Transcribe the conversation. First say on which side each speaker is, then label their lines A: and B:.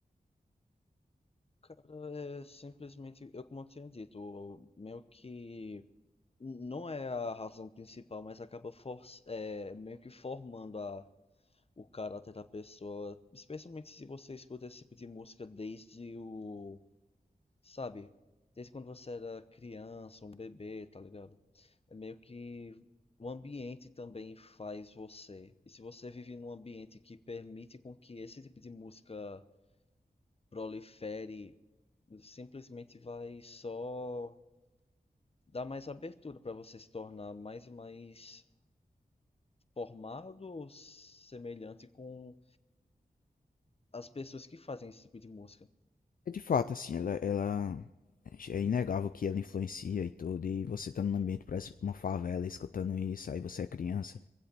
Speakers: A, on the left; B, on the left.
A: Cara, é simplesmente, eu como eu tinha dito, meio que. Não é a razão principal, mas acaba for, é, meio que formando a o caráter da pessoa, especialmente se você escuta esse tipo de música desde o, sabe, desde quando você era criança, um bebê, tá ligado? É meio que o ambiente também faz você. E se você vive num ambiente que permite com que esse tipo de música prolifere, simplesmente vai só dar mais abertura para você se tornar mais e mais formado ou semelhante com as pessoas que fazem esse tipo de música.
B: É de fato, assim, ela, ela é inegável que ela influencia e tudo, e você tá num ambiente, parece uma favela, escutando isso, aí você é criança,